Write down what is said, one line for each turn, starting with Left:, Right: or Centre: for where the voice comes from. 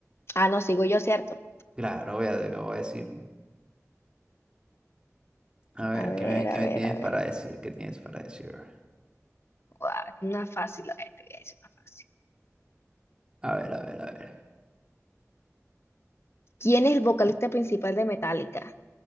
Left: Ah, no, sigo yo, ¿cierto?
Right: Claro, ya te acabo de decir. A ver,
Left: A ver,
Right: ¿qué me,
Left: a
Right: qué
Left: ver,
Right: me tienes
Left: a
Right: para
Left: ver.
Right: decir? ¿Qué tienes para decir?
Left: Guau, una fácil, a ver, te voy a decir una fácil.
Right: A ver, a ver, a ver.
Left: ¿Quién es el vocalista principal de Metallica?